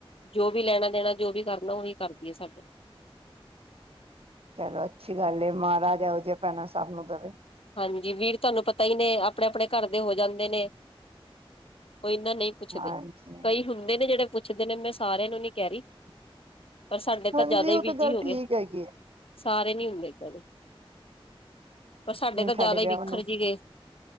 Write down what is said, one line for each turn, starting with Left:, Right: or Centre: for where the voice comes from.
Left: ਜੋ ਵੀ ਲੈਣਾ ਦੇਣਾ ਜੋ ਵੀ ਕਰਨਾ ਉਹੀ ਕਰਦੀ ਹੈ ਸਾਡੇ।
Right: ਚਲੋ ਅੱਛੀ ਗੱਲ ਏ ਮਹਾਰਾਜ ਇਹੋ ਜਿਆਂ ਭੈਣਾਂ ਸਭ ਨੂੰ ਦਵੇ।
Left: ਹਾਂਜੀ ਵੀਰ ਤੁਹਾਨੂੰ ਪਤਾ ਹੀ ਨੇ ਆਪਣੇ-ਆਪਣੇ ਘਰ ਦੇ ਹੋ ਜਾਂਦੇ ਨੇ। ਉਹ ਇਨਾਂ ਨਹੀਂ ਪੁੱਛਦੇ
Right: ਹਾਂਜੀ
Left: ਕਈ ਹੁੰਦੇ ਨੇ ਜਿਹੜੇ ਪੁੱਛਦੇ ਨੇ ਮੈਂ ਸਾਰਿਆਂ ਨੂੰ ਨੀ ਕਹਿ ਰਹੀ। ਪਰ ਸਾਡੇ
Right: ਹਾਂਜੀ
Left: ਜ਼ਿਆਦਾ ਹੀ
Right: ਉਹ
Left: ਬਿਜੀ
Right: ਤਾਂ ਗੱਲ
Left: ਹੋ ਗਏ
Right: ਠੀਕ ਹੈਗੀ ਏ।
Left: ਸਾਰੇ ਨੀ ਹੁੰਦੇ ਇਦਾਂ ਦੇ। ਪਰ ਤਾਂ ਜ਼ਿਆਦਾ
Right: ਸਾਡੇ ਵਿਆਹ
Left: ਹੀ ਬਿਖਰ
Right: ਨੂੰ,
Left: ਜੀ ਗਏ